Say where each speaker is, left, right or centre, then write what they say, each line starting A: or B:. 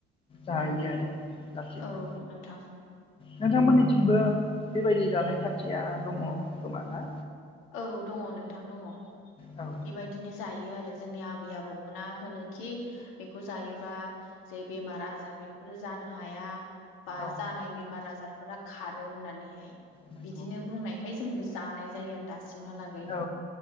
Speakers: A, on the left; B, on the left.
A: जायो आरो दासिमबो
B: औ नोंथां
A: नोंथांमोननिथिं। बो बेबायदि जानाय खान्थिया दङ खोमाना।
B: औ दङ नोंथां दङ
A: औ
B: बेबायदिनो जायो आरो। जोंनि आबै आबौमोना होनो खि बेखौ जायोबा जे बेमार आजार बेफोर जा जानो हाया बा
A: औ
B: जानाय बेमार आजार। नखरा खारो होननानैहाय
A: नंगौ
B: बिदिनो बुंनायखाय जोंबो जानाय जायो आरो। दासिमहालागै
A: औ